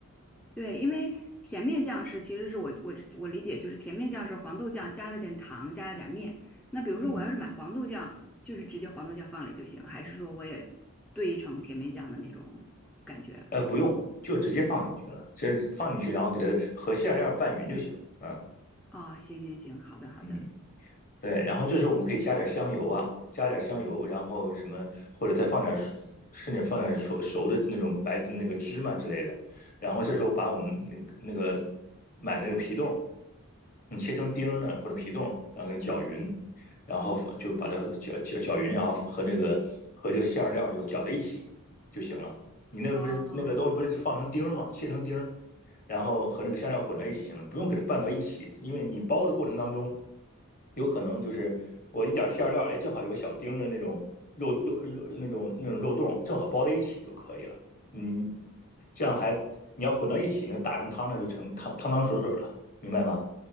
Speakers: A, in the centre; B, on the left.
A: 对，因为甜面酱是其实是我我我理解就是甜面酱是黄豆酱加了点糖加了点面。那比如说我要是买黄豆酱，
B: 嗯。
A: 就是直接黄豆酱放里就行，还是说我也兑成甜面酱的那种感觉？
B: 呃，不用，就直接放进去了，直接放进去，然后给它和馅料拌匀就行。嗯
A: 哦，行行行，好的好的。
B: 嗯。对，然后这时候我们可以加点香油啊，加点香油，然后什么，或者再放点熟，甚至放点熟熟的那种白那个芝麻之类的。然后这时候把我们那个那个买的那个皮冻，你切成丁儿呢或者皮冻，然后给它搅匀，然后就把它搅搅搅匀，然后和那个和这个馅儿料就搅在一起就行了。你那个不是那个东西不是就放成丁儿吗？
A: 哦，
B: 切成丁儿，然后和那个馅料混在一起行了，不用给它拌到一起，因为你包的过程当中，有可能就是我一点馅料，哎，正好有个小丁的那种肉肉肉那种那种肉冻，正好包在一起就可以了。嗯，这样还你要混到一起呢，打成汤呢就成汤汤汤水水了，明白吗？